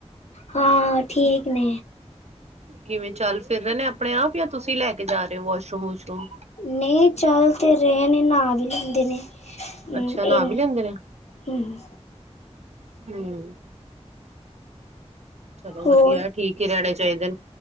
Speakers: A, on the left; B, on the right.
A: ਹਾਂ ਠੀਕ ਨੇ
B: ਕਿਵੇਂ ਚੱਲ ਫਿਰ ਰਹੇ ਨੇ, ਆਪਣੇ ਆਪ- ਜਾਂ ਤੁਸੀਂ ਲੈ ਕੇ ਜਾ ਰਹੇ ਹੋ? ਵਾਸ਼ਰੂਮ ਵੂਸ਼ਰੂਮ।
A: ਨਹੀਂ ਚੱਲ ਤੇ ਰਹਿ ਨੇ ਨਾਹਾ ਵੀ ਲੈਂਦੇ ਨੇ। ਹਮ
B: ਅੱਛਾ ਨਹਾਂ
A: ਇਨ
B: ਵੀ ਲੈਂਦੇ ਨੇ?
A: ਹਮ
B: ਹੂੰ, ਚਲੋ
A: ਹੋਰ
B: ਵਧੀਆ। ਠੀਕ ਹੀ ਰਹਿਣੇ ਚਾਹੀਦੇ ਨੇ